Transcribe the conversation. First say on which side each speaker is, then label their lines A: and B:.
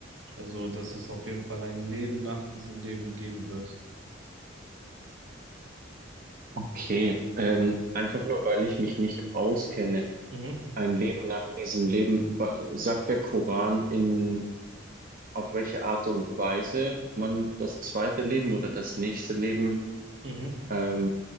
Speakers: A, on the right; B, on the right.
A: Also, dass es auf jeden Fall ein Leben nach diesem Leben geben wird.
B: Okay. Ähm,
A: Mhm,
B: einfach nur, weil ich mich nicht auskenne.
A: mhm,
B: Ein Leben nach diesem Leben, wa- sagt der Koran in, auf welche Art und Weise man das zweite Leben oder das nächste Leben
A: mhm.
B: ähm,